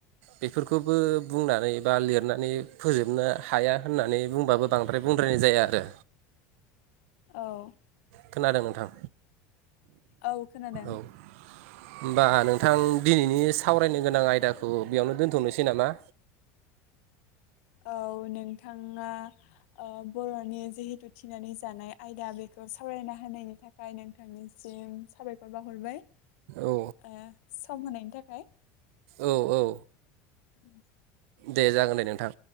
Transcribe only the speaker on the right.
बेफोरखौबो बुंनानै बा लिरनानै फोजोबनो हाया होननानै बुंबाबो बांद्राय बुंद्रायनाय जाया आरो।
खोनादों नोंथां
औ होमबा नोंथां दिनैनि सावरायनो गोनां आयदाखौ बेयावनो दोन्थ'नोसै नामा।
औ
औ औ।
दे जागोन दे नोंथां।